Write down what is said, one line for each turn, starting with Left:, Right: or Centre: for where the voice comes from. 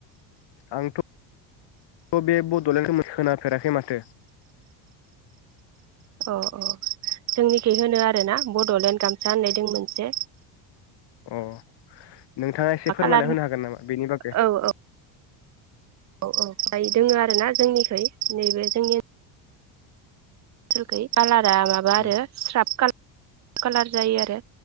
Left: आंथ' बे बड'लेण्ड होननाय खोनाफेराखै माथो।
Right: अ अ जोंनिखि होनो आरोना बड'लेण्ड गामसा होननाय‌ दों मोनसे।
Left: अ। नोंथाङा एसे फोरमायना
Right: कालारनि
Left: होनो हागोन नामा बेनि बागै।
Right: औ औ औ औ फ्राय दोङो आरो ना जोंनिखै। नैबे जोंनि ओन सोलखै काला रा मा आरो
Left: औ
Right: स्राब काला कालार जायो आरो